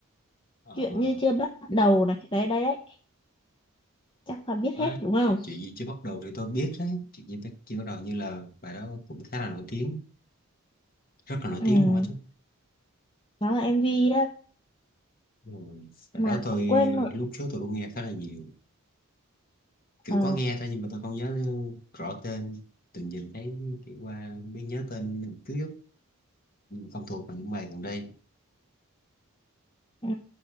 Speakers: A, on the left; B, on the left.
A: ờ,
B: chuyện như chưa bắt đầu này đấy đấy đấy chắc là biết
A: ờ,
B: hết
A: á,
B: đúng không
A: chuyện gì chưa bắt đầu thì tôi biết đấy chuyện gì chưa bắt đầu như là bài đó cũng khá là nổi tiếng rất là nổi
B: ừ
A: tiếng luôn á chứ
B: đó là em MV đó
A: rồi bài
B: mà
A: đó tôi
B: quên rồi
A: lúc trước tôi cũng nghe khá là nhiều kiểu
B: ờ,
A: có nghe thôi nhưng mà tôi không nhớ rõ tên tự nhìn thấy kiểu qua mới nhớ tên cứ không thuộc vào những bài gần đây
B: ừ.